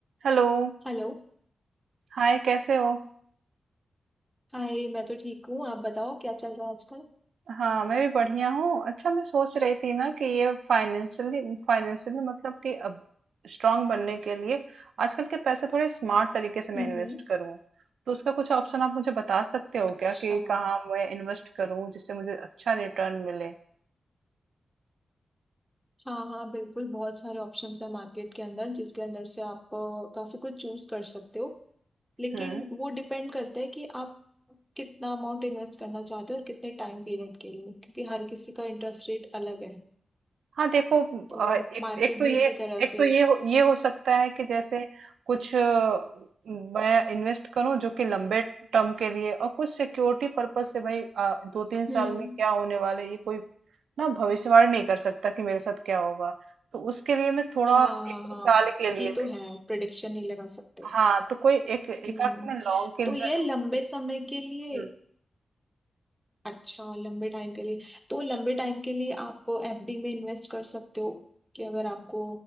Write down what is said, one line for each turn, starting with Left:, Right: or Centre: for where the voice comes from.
Right: Hello
Centre: Hello
Right: Hi कैसे हो
Centre: Hi मैं तो ठीक हूँ आप बताओ क्या चल रहा है आजकल
Right: हाँ मैं भी बढ़िया हूँ अच्छा मैं सोच रही थी ना कि ये फाइनेंशियली फाइनेंशियली मतलब कि अब स्ट्रांग बनने के लिए आजकल के पैसे थोड़े स्मार्ट तरीके से मैं
Centre: हम्म
Right: इन्वेस्ट करूँ तो उसका कुछ ऑप्शन आप मुझे बता सकते हो
Centre: अच्छा
Right: क्या कि कहाँ मैं इन्वेस्ट करूँ जिससे मुझे अच्छा रिटर्न मिले
Centre: हाँ हाँ बिल्कुल बहुत सारे ऑप्शंस हैं मार्केट के अंदर जिसके अंदर से आप अ, काफी कुछ चूज कर सकते हो लेकिन
Right: हम्म।
Centre: वो डिपेंड करता है कि आप कितना अमाउंट इन्वेस्ट करना चाहते हो और कितने टाइम पीरियड के लिए क्योंकि हर किसी का इंटरेस्ट रेट अलग है
Right: हाँ देखो
Centre: तो
Right: अ, एक
Centre: मार्केट
Right: एक तो
Centre: भी
Right: ये
Centre: उसी तरह
Right: एक
Centre: से
Right: तो ये
Centre: है।
Right: हो, ये हो सकता है कि जैसे कुछ अ, मैं इन्वेस्ट करूं जो कि लंबे टर्म के लिए और कुछ सिक्योरिटी पर्पस से भाई अ, दो तीन साल
Centre: हम्म
Right: में क्या होने वाला है ये कोई ना भविष्यवाणी नहीं कर सकता कि मेरे साथ क्या होगा तो उसके लिए मैं थोड़ा
Centre: हाँ
Right: एक
Centre: हाँ
Right: दो
Centre: हाँ
Right: साल के लिए
Centre: ये तो
Right: मैं
Centre: है प्रिडिक्शन नहीं लगा सकते
Right: हाँ तो कोई एक एक
Centre: हम्म
Right: आध में लॉन्ग के
Centre: तो
Right: लिए
Centre: ये लंबे समय के लिए
Right: हम्म,
Centre: अच्छा लंबे टाइम के लिए तो लंबे टाइम के लिए आप एफडी में इन्वेस्ट कर सकते हो कि अगर आपको